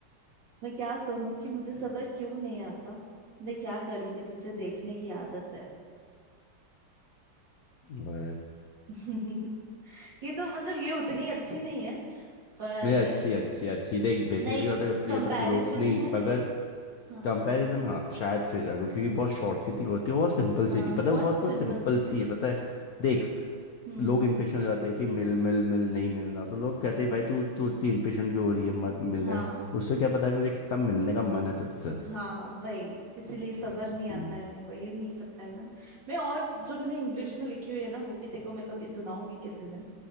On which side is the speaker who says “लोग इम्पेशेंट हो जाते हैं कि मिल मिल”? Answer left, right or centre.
Left